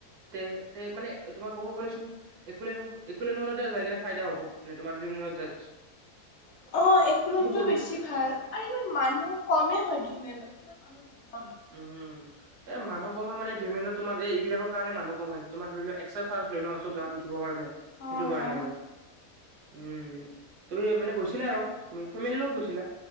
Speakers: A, on the right; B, on the left.
A: তে তে মানে তোমাৰ কব গ'লে চোন একোলেণ্ড- একোলেণ্ড ন এতিয়া যায় কিনে ফাইদা হব, মানে তোমাৰ ড্ৰিম লনত য
B: অ-অ, একোলেণ্ডত
A: সৰু।
B: বেছি ভাল আৰু ইমান মানুহ কমেই হয় ড্ৰিমলেণ্ডত। কিমান মানুহ নহয়
A: উম এ মানুহ কম হয় মানে ড্ৰিমলেণ্ডত তোমাৰ এই ইবিলাকৰ কাৰণে মানুহ কম হয়, তোমাৰ ধৰি লোৱা এক্সট্ৰা চাৰ্জ লৈ ন, চব জেগাত উঠিব কাৰণে সেইটো
B: অ
A: কাৰণে
B: অ
A: আৰু, উম, তুমি মানে গৈছিলা আৰু তুমি ফেমেলি লগত গৈছিলা?